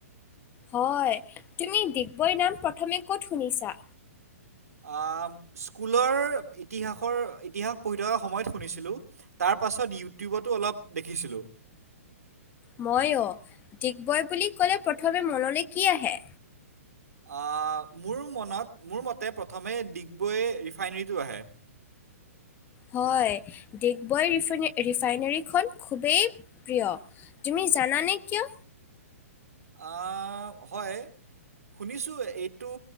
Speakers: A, on the left (about 25°); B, on the right (about 80°).
A: হয়, তুমি ডিগবৈৰ নাম প্ৰথমে ক'ত শুনিছা?
B: আহ, স্কুলৰ ইতিহাসৰ ইতিহাস পঢ়ি থকা সময়ত শুনিছিলোঁ। তাৰ পাছত, ইউটিউবতো অলপ দেখিছিলোঁ।
A: মইও, ডিগবৈ বুলি ক'লে প্ৰথমে মনলে কি আহে?
B: আহ, মোৰ মনত মোৰ মতে প্ৰথমে ডিগবৈ ৰিফাইনেৰীটো আহে।
A: হয়, ডিগবৈ ৰিফাই-ৰিফাইনেৰীখন খুবেই প্ৰিয়। তুমি জানানে কিয়?
B: আহ, হয়। শুনিছোঁ এইটো